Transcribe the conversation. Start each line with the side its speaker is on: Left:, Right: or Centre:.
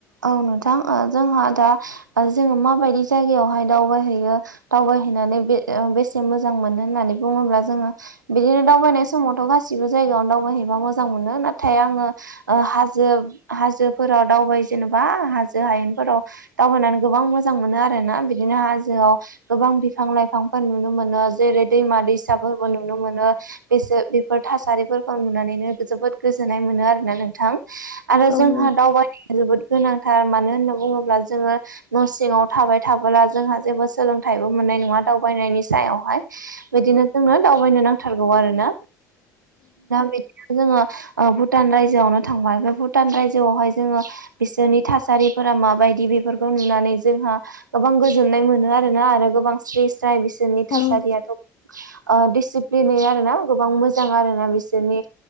Right: औ नोंथां जोंहा दा जोङो माबायदि जायगायावहाय दावबायहैयो दावबायहैनानै बे बेसे मोजां मोनो होननानै बुङोब्ला जोङो बिदिनो दावबायनाय समावथ' गासिबो जायगायावनो दावबायहैबा मोजां मोनो नाथाय आङो हाजो हाजोफोराव दावबाय जेनेबा हाजो हायेनफोराव दावबायनानै गोबां मोजां मोनो आर ना बिदिनो हाजोआव गोबां बिफां लाइफांफोर नुनो मोनो जेरै दैमा दैसाफोरबो नुनो मोनो। बेसोर बेफोर थासारिफोरखौ नुनानैनो जोबोद गोजोननाय मोनो आरोना नोंथां। आरो
Left: औ
Right: जोंहा
Left: नोंथां
Right: दावबायनाया जोबोद गोनांथार मानो होनना बुङोब्ला जोङो न' सिङाव थाबाय थाबोला जोंहा जेबो सोलोंथाइबो मोननाय नङा दावबायनायनि सायावहाय बिदिनो जोंनो दावबायनो नांथारगौ आरो ना बिदिनो जोङो ओ भुटान रायजोआवनो थांबाय बे भुट भुटान रायजोआवहाय जोङो बिसोरनि थासारिफोरा माबायदि बेफोरखौ नुनानै जोंहा गोबां गोजोननाय मोनो आरोना आरो गोबां स्रिस जाय बिसोरनि
Left: औ
Right: थासारियाथ'
Left: औ
Right: ओ दिसिप्लिन आर ना गोबां मोजां मोजां आरोना बिसोरनि